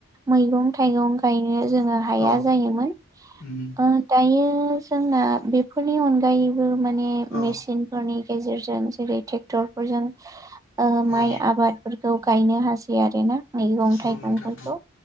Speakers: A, on the right; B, on the left.
A: मैगं थाइगं गायनो जोङो हाया
B: औ
A: जायोमोन।
B: उम
A: ओ दायो जोंना बेफोरनि अनगायैबो माने
B: औ
A: मेसिनफोरनि गेजेर। गेजेरजों जेरै ट्रेक्टर फोरजों ओ माइ
B: औ
A: आबादफोरखौ गायनो हासायो आरो ना। मैगं
B: औ
A: थाइगंफोरखौ
B: नोंथां